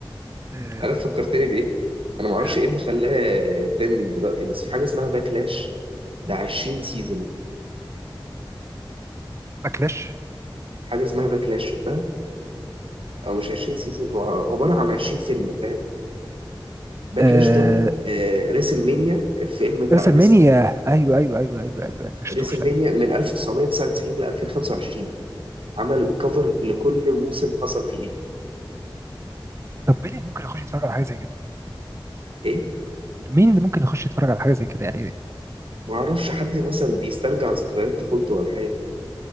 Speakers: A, on the right; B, on the right.
A: آه،
B: عارف فكرتني بإيه؟ أنا معرفش
A: آه،
B: إيه اللي خلاها ترندنج دلوقتي بس في حاجة اسمها باكلاش ده 20 سيزون
A: باكلاش
B: حاجة اسمها باكلاش شفتها؟ أو مش 20 سيزون هو عبارة عن 20 فيلم فاهم؟ باكلاش
A: آه
B: ده آه ريسل مانيا الفيلم بتاع
A: رسلمانيا
B: ريسل
A: ايوه ايوه ايوه ايوه ايوه أيوة، ما شفتوش
B: ريسل
A: لا
B: مانيا من 1999 ل 2025 عمل كفر لكل موسم حصل فيه إيه؟
A: طب مين اللي ممكن يخش يتفرج على حاجه زي كده
B: إيه؟
A: مين اللي ممكن يخش يتفرج على حاجه زي كده يعني
B: ما اعرفش حد مثلا بيسترجع ذكريات طفولته ولا حاجه